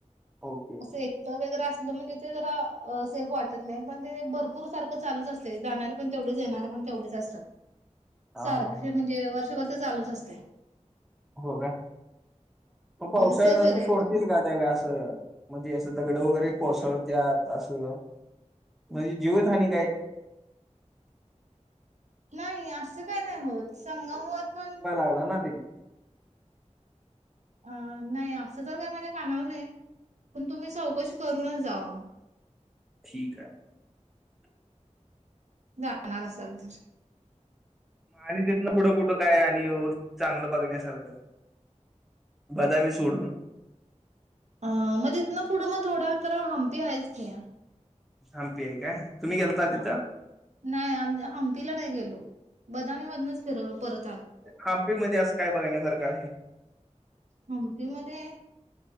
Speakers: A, in the centre; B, on the right.
A: ओके
B: सेफ वगरे असलं म्हणजे ते जरा सेफ वाटत नाही पण ते भरपूर सारख चालूच अस जाणार पण तेवढंच येणार पण व असात
A: हा
B: सारे
A: हा
B: म्हणजे वर्षभर चालूच असते
A: हो का मग पावसाळ्यात
B: सेफ आहे
A: असून
B: रेट.
A: सोडतील का त्या का असं म्हणजे असं दगड वगैरे कोसळतत असं म्हणजे जीवत हानी काय
B: नाही असं काही नाही होत संगम वर पण
A: ला ना
B: अ नाही असं तर काही माझ्या कानावर नाही पण तुम्ही चौकशी करूनच जा मग
A: ठीक आहे
B: जाणार असाल तर
A: आणि त्यातनं थोडं कुठं काय आणि चांगलं बघण्यासारखं बदामी सोडून
B: अ मग तथनं पुढं मग थोडं तर हम्पी आहेयच की
A: थांपी आहे काय तुम्ही गेलता तिथं
B: हा नाही आम हमपीला नाही गेलो बदामीमधनच फिर परत आलो
A: हांपी मध्ये असं काय बघण्यासारखं आहे
B: हमती मध्ये